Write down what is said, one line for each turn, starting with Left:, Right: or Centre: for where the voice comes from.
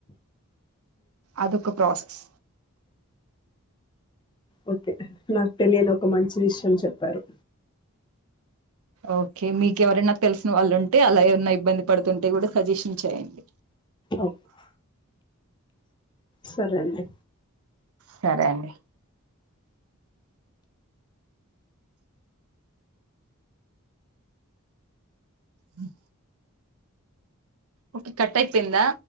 Right: అదొక ప్రాసెస్
Left: ఓకే నాకు తెలియని ఒక మంచి విషయం చెప్పారు
Right: ఓకే మీకు ఎవరన్నా తెలిసిన వాళ్ళు ఉంటే అలా ఏవరన్నా ఇబ్బంది పడుతుం టే కూడా సజెషన్ చేయండి
Left: ఓ సరే అండి
Right: సరే అండి ఉం ఓకే కట్టైపోయిందా